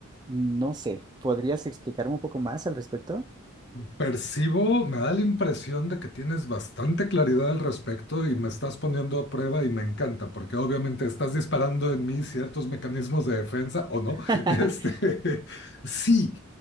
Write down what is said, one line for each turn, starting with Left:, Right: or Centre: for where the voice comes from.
Right: no sé, ¿podrías explicarme un poco más al respecto?
Left: Percibo, me da la impresión de que tienes bastante claridad al respecto y me estás poniendo a prueba y me encanta, porque obviamente estás disparando en mí ciertos mecanismos de defensa o no.
Right: <laughs>
Left: <laughs> Este, sí,